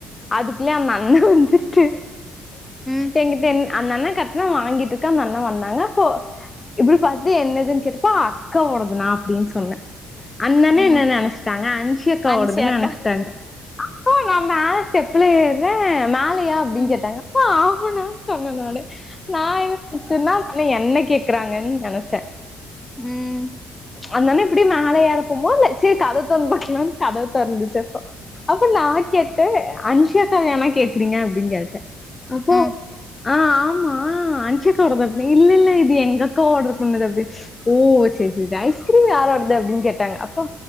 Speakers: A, on the left; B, in the centre.
A: அதுக்குள்ள அந்த அண்ண வந்துட்டு
B: ம்
A: எங்க தெ அந்த அண்ண கட்னா வாங்கிட்டுதா அந்த அண்ண வந்தாங்க இப்போ இப்டி பாத்து என்னதுன்னு கே அப்பா அக்கா ஓடதுனா அப்டின்னு சொன்னே அந்தன்னே
B: ம்
A: என்னன்னு நெனச்சுட்டாங்க அன்சிய அக்கா
B: அன்சி
A: ஓடதுன்னு
B: அக்கா
A: நெனச்சுட்டாங்க அப்போ நா மேல ள்ள ஏறே மேல ல்லைய அப்டின்னு
B: ம்
A: கேட்டாங்க ஆ போடா சொன்ன நானு நா என்னச்சுன்னா ந என்ன கேட் க்கறாங்கன்னு நெனச்சே
B: உம்
A: அந்தன்ன இப்டி மேல ஏற போம்போது சரி கதவ திறந்துபக்கலாம்னு கதவ தொறந்துச்சுப்போ அப்ப நா கேட்டே அன்சியா அக்காவயானா கேக்குறீங்க அப்டின்னு கேட்டே அப்போ
B: ம்
A: ஆ ஆமா அன்ஷியாக்க வருது அப்டி இல்ல இல்ல இது எங்க அக்கா ஆர்டர் பண்ணது அப்டி ஓ செரி செரி ஐஸ்கிரீம் யாரோடது அப்டின்னு கேட்டாங்க அப்போ